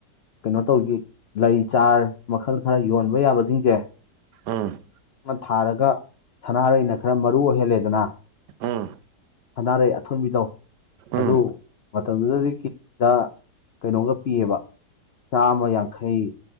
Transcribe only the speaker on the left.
ꯀꯩꯅꯣ ꯇꯧꯁꯤ ꯂꯩ ꯆꯥꯔ ꯃꯈꯜ ꯈꯔ ꯌꯣꯟꯕ ꯌꯥꯕꯁꯤꯡꯁꯦ꯫
ꯊꯥꯔꯒ ꯁꯅꯥꯔꯩꯅ ꯈꯔ ꯃꯔꯨ ꯑꯣꯏꯍꯜꯂꯦꯗꯅ꯫
ꯁꯅꯥꯔꯩ ꯑꯊꯣꯟꯕꯤꯗꯣ
ꯑꯗꯨ ꯃꯇꯝꯗꯨꯗꯗꯤ ꯀꯦꯖꯤꯗ ꯀꯩꯅꯣꯒ ꯄꯤꯑꯕ ꯆꯥꯝꯃ ꯌꯥꯡꯈꯩ